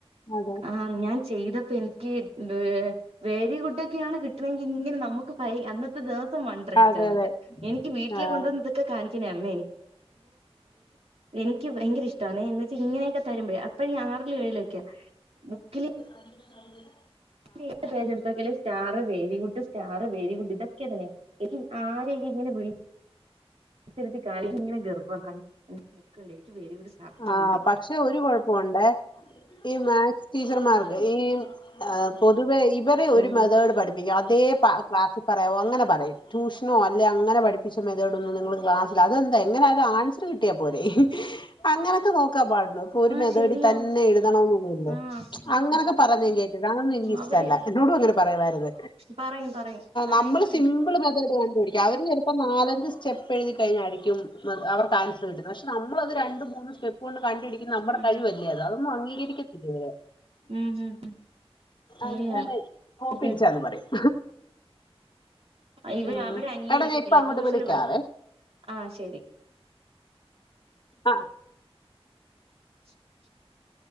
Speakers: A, on the left; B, on the right.
A: അതെ
B: ആ ഞാൻ ചെയ്തപ്പോ എനിക്ക്യന്തവേ വെരിഗുഡ് ഒക്കെയാണ് കിട്ടണെങ്കിൽ ഇങ്ങനെ നമുക്ക് പൈ അന്നത്തെ ദിവസം വണ്ടർടിച്ചണക്കാ
A: അതെ അതെ
B: എനിക്ക് വീട്ടില് <unintelligible> ട്ടില്
A: ആഹ്
B: കൊണ്ട് വന്ന് ഇതൊക്കെ കാണിക്കാ <unintelligible> ണിന്റെ അന്ന് എനിക്ക് ഭയങ്കര ഇഷ്ട്ടാണെ ഇങ്ങനെയൊക്കെ തരുമ്പഴ് അപ്പഴ് ഞാ <unintelligible> ൻ ആറിലും എഴുല് മൊക്കെയാ ബുക്കില്
A: <inaudible> തന്ന തന്ന
B: അതില് എത് പേജെടുത്ത് നോ ക്കിയാലും star very good star very good ഇതൊക്കെ തന്നെയെ <unintelligible> എനിക്ക് ആരേലുംഇങ്ങനെ വിളിച്ചിരുത്തികാണിക്കാൻ <unintelligible> നിക്കുണ്ട് വെരിഗുഡ്
A: ആഹ്
B: ഉണ്ട്‌
A: പക്ഷെ ഒരു കുഴപ്പമുണ്ടേ ഈ മാത്സ് ടീച്ചർമാർക്ക് ഈ പൊതുവെ ഇവരെ ഒരു
B: ഉം
A: മെതേഡ് പഠിപ്പിക്കും അത് അതേ ക്ലാസ്സിൽ പറയാോ അങ്ങനെ പറയും ട്യൂഷനോ അല്ലെ അങ്ങനെ പഠിപ്പിച്ച മതോടൊന്ന നിങ്ങൾ ക്ലാ അതെന്താ എങ്ങനെ ആത് ആൻസർ കിട്ടിയാ പോരെ അങ്ങനെയൊക്കെ നോക്കാൻ പാട ഇപ്പൊ ഒരു
B: ആഹ്
A: മെതേടി
B: ശരിയാ
A: തന്നെ എഴുതണ അത് പ്പൊ ഒരു മേതേടിതന്നെ എഴുതണമെന്നില്ലല്ലോ
B: ആഹ്
A: അങ്ങനെയൊക്കെ പറഞ്ഞ ഞാൻകേട്ടിട്ട് അതൊന്നും എനക്ക്ഇഷ്ട്ടമല്ല
B: അവര്
A: എന്നട അങ്ങനെ പറയമായിരത്്
B: പറയും പറയും പറയും
A: നമ്മള്
B: പറയും
A: സിപിൾ മെതേഡ് കണ്ടുപിടിക്ക അവര് ച ഇപ്പൊ നാലഞ്ച് സ്റ്റെപ്പ് എഴുതി കഴിഞ്ഞായിരിക്കും അവർ കാൻസൽ കിട്ടുന്നത്ക്ഷ അത് രണ്ട മൂന്നും സ്റ്റെപ്പ് കൊണ്ട് കണ്ടിടുന്ന നമ്മുടെ
B: ആ
A: കഴിവല്ലേ അത് അതൊന്നും അംഗീകരിക്കുന്നില്ല ഇവരെ
B: ഉം ഉം
A: അങ്ങനെ
B: ഇല്ല
A: കോപ്പിടിച്ചന്ന്
B: ഇത്
A: പറയും
B: ആ ഇവ
A: ഉം
B: അവര് അംഗീകരിക്കത്തില്ല
A: എട ഞാൻ ഇപ്പ അങ്ങോട്ട്
B: ട്യൂഷന്
A: വിളിക്കാവേ
B: പഠിപ്പി ആ ശരി
A: ആഹ
B: <unintelligible>